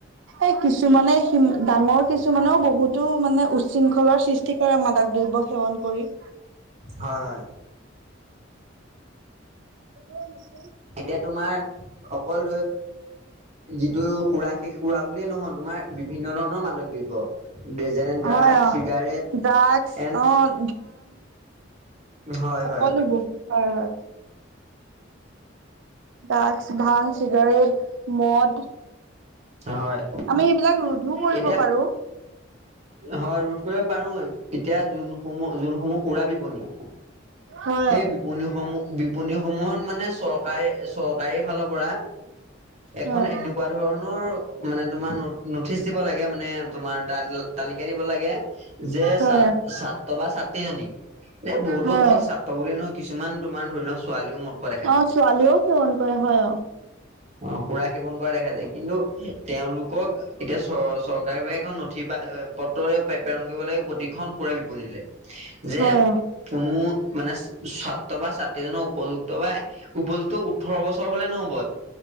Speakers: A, on the right; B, on the right.
A: এই কিছুমানে সিম ডাঙৰ কিছুমানেও বহুতো মানে উৎশৃংখলৰ সৃষ্টি কৰে মাদক দ্ৰব্য সেৱন কৰি।
B: হয়-হয়।
A: অ <unintelligible>
B: এতিয়া তোমাৰ, অকল যিটো সুৰা সেই সুৰা বুলিয়ে নহয়, তোমাৰ বিভিন্ন ধৰণৰ মাদক দ্ৰব্য যেনে ড্ৰাগ,
A: হয় অ'।
B: চিগাৰেট
A: ড্ৰাগছ
B: এণ্
A: অ'
B: হয়-হয়।
A: হয়-হয়। ড্ৰাচ, ভাং, চিগাৰেট মদ
B: হয়।
A: আমি এইবিলাক ৰোধো কৰিব
B: এতিয়া
A: পাৰো।
B: হয়, ৰোধ কৰিব পাৰো। এতিয়া যোনসমূহ, যোনসমূহ সুৰা বিপনী
A: হয়।
B: সেই বিপনিসমূহ, বিপণীসমূহত মানে চৰকাৰ, চৰকাৰী ফালৰ পৰা এখন
A: হয়।
B: এনেকুৱা ধৰণৰ তোমাৰ নথিচ দিব লাগে মানে তোমাৰ তাত। তালিকা দিব লাগে, যে
A: হয়।
B: ছাত্ৰ বা ছাত্ৰীজনী এ বহুতো
A: হয়।
B: অকল ছাত্ৰ পাবলে নহয় কিছুমান তোমাৰ ধৰি লোৱা ছোৱালীও মদ খোৱা দেখা
A: অ
B: যায়,
A: ছোৱালীয়েও সেৱন কৰে হয় অ।
B: অ, সুৰা সেৱন কৰা দেখা যায়। কিন্তু তেওঁলোকক এতিয়া চ, চৰকাৰী ভাবে এখন নথি বা পত্ৰ প্ৰেৰণ কৰিব লাগে, প্ৰতিখন সুৰাই বিপনীলে। যে
A: হয়।
B: কোনো মানে ছাত্ৰ বা ছাত্ৰজন উপযুক্ত বা উপযুক্ত ওঠৰ বছৰ হলে নহ'ব,